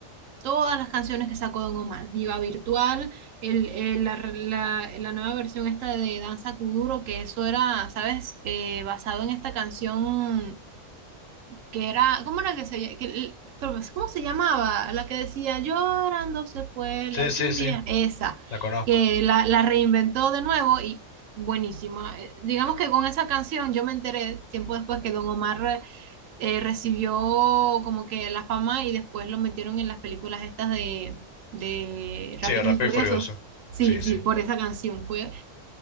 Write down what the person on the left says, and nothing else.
Sí,
sí,
sí,
la conozco.
Sí, Rápido
y Furioso.
Sí,
sí.